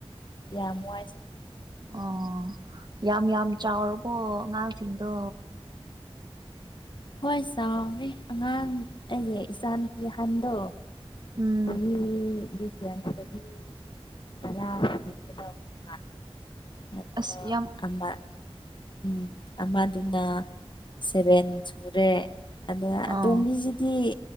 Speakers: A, on the left (about 50°); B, on the right (about 45°).
A: ꯌꯥꯝ ꯋꯥꯏ
B: ꯑꯣ ꯌꯥꯝ ꯌꯥꯝ ꯆꯥꯎꯔꯕꯣ ꯑꯉꯥꯡꯁꯤꯡꯗꯣ
A: ꯍꯣꯏ ꯆꯥꯎꯔ‌ꯦ ꯑꯉꯥꯡ ꯑꯩꯒꯤ ꯏꯆꯥꯅꯨꯄꯤ ꯑꯍꯟꯗꯣ
B: ꯎꯝ
A: ꯆꯍꯤ ꯑꯗꯨ ꯒ꯭ꯌꯥꯟ ꯇꯥꯔꯗꯤ ꯇꯔꯥꯃꯨꯛ ꯁꯨꯒꯗ‌ꯣꯏ ꯃꯥꯜꯂ‌ꯦ
B: ꯑꯁ ꯌꯥꯝ
A: ꯑꯃ ꯎꯝ ꯑꯃꯗꯨꯅ ꯁꯚꯦꯟ ꯁꯨꯔꯦ ꯑꯗ
B: ꯑꯥ
A: ꯑꯇꯣꯝꯕꯤꯁꯤꯗꯤ